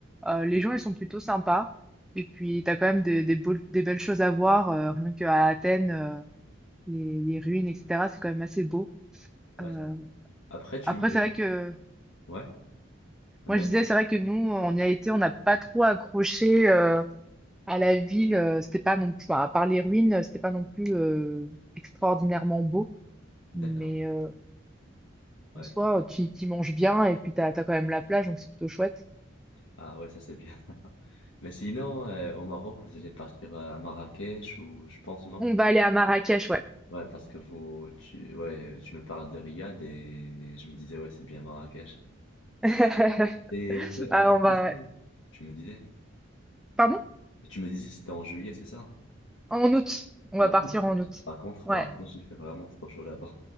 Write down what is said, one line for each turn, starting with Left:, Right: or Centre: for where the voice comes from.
Centre: Euh, les gens, ils sont plutôt sympas. Et puis, t'as quand même des, des, beaux- des belles choses à voir. euh, rien qu'à Athènes, euh, les, les ruines, etc., c'est quand même assez beau.
Left: Ouais.
Centre: Euh,
Left: Après, tu
Centre: Après,
Left: me...
Centre: c'est vrai que
Left: Ouais. Ah,
Centre: moi
Left: Mais...
Centre: je disais, c'est vrai que nous, on y a été, on n'a pas trop accroché euh, à la ville. euh, C'était pas non plus, enfin, à part les ruines, euh, c'était pas non plus euh, extraordinairement beau.
Left: D'accord.
Centre: Mais euh,
Left: Ouais.
Centre: en soi, tu y- manges bien et puis t'as, t'as quand même la plage, donc c'est plutôt chouette.
Left: Ah ouais, ça c'est bien. <laughs> Mais sinon, euh, au Maroc, vous allez partir à Marrakech ou je pense non?
Centre: On va aller à Marrakech, ouais.
Left: Ouais, parce que vous, tu, ouais, tu me parles de Riyad et je me disais, ouais, c'est bien Marrakech.
Centre: <laughs>
Left: Et ok, en
Centre: Ah,
Left: juillet,
Centre: on va.
Left: c'est ça tu me disais.
Centre: Pardon?
Left: Tu me disais c'était en juillet, c'est ça?
Centre: En août. On
Left: En
Centre: va
Left: août.
Centre: partir en août.
Left: Par contre,
Centre: Ouais.
Left: Marrakech, il fait vraiment trop chaud là-bas.